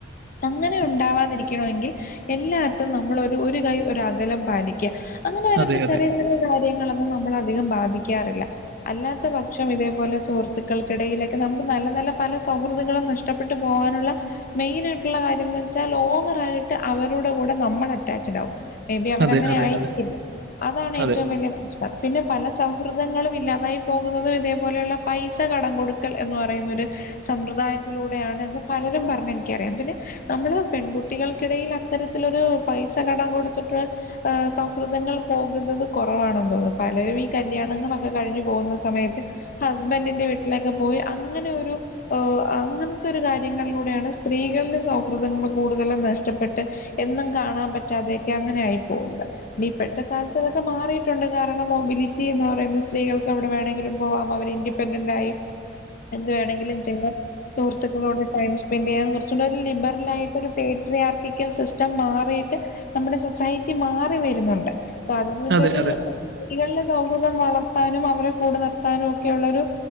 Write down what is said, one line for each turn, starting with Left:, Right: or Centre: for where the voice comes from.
Left: അങ്ങനെ ഉണ്ടാവാതിരിക്കണമെങ്കിൽ എല്ലാടുത്തും നമ്മൾ ഒരു ഒരു കൈ ഒരു അകലം പാലിക്കുക അങ്ങനെ വരുമ്പോൾ
Right: അതെ അതെ
Left: ചെറിയ ചെറിയ കാര്യങ്ങളൊന്നും നമ്മളെ അധികം ബാധിക്കാറില്ല അല്ലാത്ത പക്ഷം ഇതേപോലെ സുഹൃത്തുക്കൾക്കിടയിലൊക്കെ നമ്മു നല്ല നല്ല പല സൗഹൃദങ്ങളും നഷ്ടപ്പെട്ടു പോകാനുള്ള മെയിൻ ആയിട്ടുള്ള കാര്യന്ന് വെച്ചാൽ ഓവർ ആയിട്ട് അവരുടെ കൂടെ നമ്മൾ അറ്റാച്ഡ് ആകും മേ ബി അവരങ്ങനെ
Right: അതെ അതെ
Left: ആയിരിക്കില്ല
Right: അതെ
Left: അതാണ് ഏറ്റവും
Right: അതെ
Left: വലിയ പ്രശ്നം പത്തിൻ്റെ പല സൗഹൃദങ്ങളും ഇല്ലാതായി പോകുന്നതും ഇതേപോലെയുള്ള പൈസ കടം കൊടുക്കൽ എന്ന് പറ പറയുന്ന ഒരു സമ്പ്രദായത്തിലൂടെയാണ് എന്ന് പലരും പറഞ്ഞ് എനിക്കറിയാം പിന്നെ നമ്മള് പെൺകുട്ടികൾക്കിടയിൽ അത്തരത്തിലൊരു പൈസ കടം കൊടുത്തിട്ട് സൗഹൃദങ്ങൾ പോകുന്നത് കുറവാണെന്ന് തോന്നുന്നു പലരും ഈ കല്യാണങ്ങളൊക്കെ കഴിഞ്ഞു പോകുന്ന സമയത്ത് ഹസ്ബൻറിന്റെ വീട്ടിലേക്ക് പോയി അങ്ങനെ ഒരു അങ്ങനത്തെ ഒരു കാര്യങ്ങളിലൂടെയാണ് സ്ത്രീകളുടെ സൗഹൃദങ്ങൾ കൂടുതലും നഷ്ടപ്പെട്ട് എന്നും കാണാൻ പറ്റാതെയൊക്കെ അങ്ങനെ ആയി പോകുക ഇനി ഇപ്പോഴത്തെ കാലത്ത് അതൊക്കെ മാറിയിട്ടുണ്ട് കാരണം മൊബിലിറ്റി എന്ന് പറയുന്ന സ്ത്രീകൾക്ക് എവിടെ വേണമെങ്കിലും പോവാം അവർ ഇൻഡി പെൻഡണ്ടായി എന്തു വേണമെങ്കിലും ചെയ്യാം സുഹൃത്തുക്കളോട് ടൈം സ്പെൻഡ് ചെയ്യാം കുറച്ചൂടെ ഒരു ലിബറൽ ആയിട്ട് ഒരു പേട്രിയാർക്കിക്കൽ സിസ്റ്റം മാറിയിട്ട് നമ്മുടെ സൊസൈറ്റി മാറി വരുന്നുണ്ട് സോ അത് ഇതിൻ്റെത്
Right: അതെ അതെ
Left: സ്ത്രീകളുടെ സൗഹൃദം വളർത്താനും അവരെ കൂടെ നിർത്താനും ഒക്കെ ഉള്ളൊരു